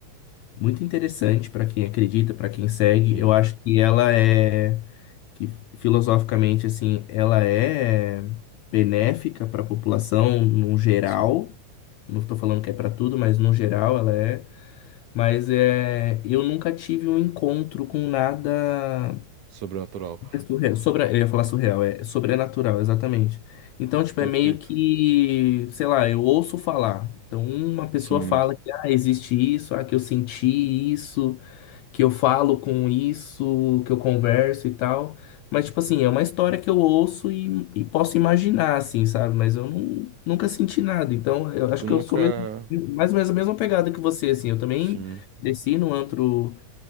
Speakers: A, on the left; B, on the right.
A: muito interessante para quem acredita, para quem segue.
B: Sim,
A: Eu acho que ela é que filosoficamente assim, ela é benéfica para a população no geral.
B: sim.
A: Não estou falando que é para tudo, mas no geral ela é. Mas é, eu nunca tive um encontro com nada
B: Sobrenatural.
A: É surreal. Sobra... Eu ia falar surreal, é sobrenatural, exatamente. Então, tipo,
B: Perfeito.
A: é meio que, sei lá, eu ouço falar. Então, uma pessoa
B: Sim.
A: fala que, ah, existe isso, ah, que eu senti isso, que eu falo com isso, que eu converso e tal. Mas, tipo assim, é uma história que eu ouço e, e posso imaginar, assim, sabe? Mas eu nu- nunca senti nada. Então, eu acho
B: Tu
A: que
B: nunca.
A: eu sou mesmo, mais ou menos a mesma pegada que você, assim. Eu também
B: Sim.
A: desci no antro